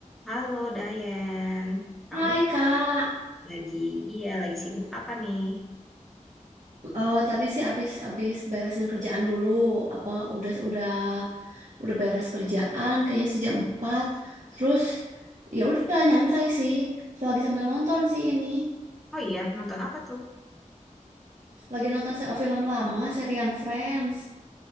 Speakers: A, in the centre; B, on the right (about 65°).
A: Halo Dayan, kamu
B: Hai Kak,
A: lagi iya lagi sibuk apa nih?
B: Eh tadi sih abis abis beresin kerjaan dulu, apa udah udah udah beres kerjaan, kayaknya sih jam 4. Terus ya udah nyantai sih, lagi sambil nonton sih ini,
A: Oh iya nonton apa tuh?
B: lagi nonton se- film lama, serian Friends.